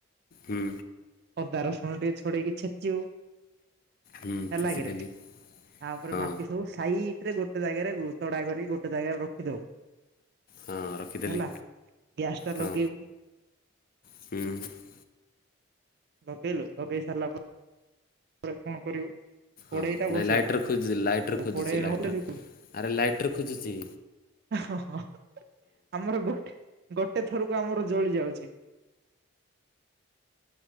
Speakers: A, on the left (about 45°); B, on the right (about 50°).
A: ହୁଁ।
B: ଅଦା ରସୁଣ ଟିକେ ଛଡେଇକି ଛେଚିବୁ।
A: ହୁଁ
B: ହେଲା
A: ଛେଚିଦେଲି
B: କିିରେ? ତାପରେ
A: ହଁ
B: ବାକି ସବୁ ସାଇଟ ରେ ଗୋଟେ ଜାଗାରେ ତଡା କରି ଗୋଟେ ଜାଗାରେ ରଖି ଦଉ।
A: ହଁ ରଖିଦେଲି
B: ହେଲା ଗ୍ୟାସ ତା
A: ହଁ
B: ଲଗେଇବୁ।
A: ହୁଁ।
B: ଲଗେଇଲୁ ଲଗେଇ ସରିଲା ପ ତା ପରେ କଣ କରିବୁ? କଡେଇ
A: ହଁ
B: ଟା ବସେଇବୁ
A: ନାଇଁ ଲାଇଟ୍ର ଖୋଜୁ ଲାଇଟ୍ର ଖୋଜୁଚି
B: କଡେଇ
A: ଲାଇଟ୍ର
B: ନହେଲେ
A: ଆରେ ଲାଇଟ୍ର ଖୋଜୁଚି।
B: ହ ଆମର ଗୋଟେ ଗୋଟେ ଥରକୁ ଆମର ଜଳି ଯାଉଚି।